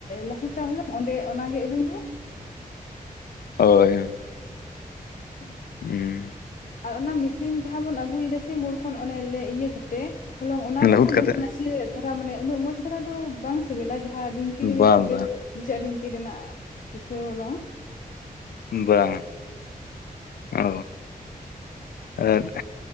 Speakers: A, on the left; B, on the left.
A: ᱞᱟᱹᱦᱩᱫ-ᱟ ᱦᱚᱞᱚᱝ ᱚᱸᱰᱮ ᱚᱱᱟᱜᱮ ᱟᱹᱜᱩᱭ ᱢᱮ᱾
B: ᱦᱳᱭ
A: ᱦᱩᱸ
B: ᱦᱩᱸ
A: ᱟᱨ ᱚᱱᱟ ᱢᱮᱥᱤᱱ ᱡᱟᱦᱟ ᱵᱚᱱ ᱟᱹᱜᱩᱭ ᱫᱟ ᱥᱮ ᱢᱳᱲ ᱠᱷᱚᱱ ᱞᱮ ᱤᱭᱟᱹ ᱠᱟᱛᱮ ᱦᱚᱞᱚᱝ ᱚᱱᱟ ᱨᱮᱢᱟ
B: ᱞᱟᱹᱦᱩᱫ ᱠᱟᱛᱮᱫ
A: ᱫᱚᱢᱮ ᱱᱟᱥᱤ ᱟᱜ ᱫᱷᱟᱨᱟ ᱢᱟᱱᱮ ᱩᱱᱟᱹᱜ ᱢᱚᱸᱡᱽ ᱫᱷᱟᱨᱟ ᱫᱚ ᱵᱟᱝ ᱥᱤᱵᱤᱞᱟ, ᱡᱟᱦᱟᱸ ᱰᱷᱤᱝᱠᱤ ᱨᱮᱜᱮ
B: ᱵᱟᱝ
A: ᱥᱤᱵᱤᱞ
B: ᱵᱟᱝ
A: ᱵᱩᱡᱷᱟᱹᱜᱼᱟ ᱰᱷᱤᱝᱠᱤ ᱨᱮᱱᱟᱜ ᱯᱤᱴᱷᱟᱹ ᱦᱚᱞᱚᱝ
B: ᱵᱟᱝ ᱚ ᱟᱨ